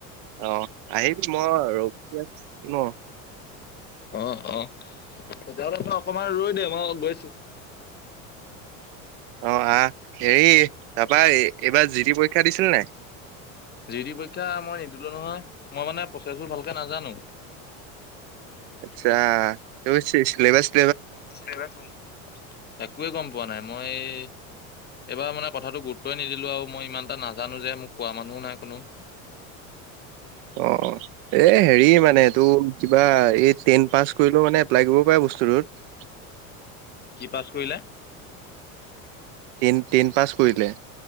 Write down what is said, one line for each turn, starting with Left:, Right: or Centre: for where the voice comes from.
Right: অ আহিম মই ৰবিয়ামচি ন।
Left: অ অ তেতিয়াহলে তই অকমান ৰৈ দে মই গৈছোঁ।
Right: অ আহ হেৰি তাৰপা এইবাৰ জি ডি পৰীক্ষা দিছিল নাই।
Left: জি ডিৰ পৰীক্ষা মই নিদিলো নহয় মই মানে প্ৰচেছবোৰ ভালকে নাজানো।
Right: আচ্ছা তই চিল চিলেক্ট।
Left: চিলেবাছখন একোৱে গম পোৱা নাই মই এইবাৰ মানে কথাটো গুৰুত্বই নিদিলোঁ আৰু মই ইমান এটা নাজানোঁ যে মোক কোৱা মানুহও নাই কোনো
Right: অ এ হেৰি মানে এটো কিবা এই টেইন পাছ কৰিলেও মানে এপ্লাই কৰিব পাৰে বস্তুটোত।
Left: কি পাছ কৰিলে?
Right: টেন টেইন পাছ কৰিলে।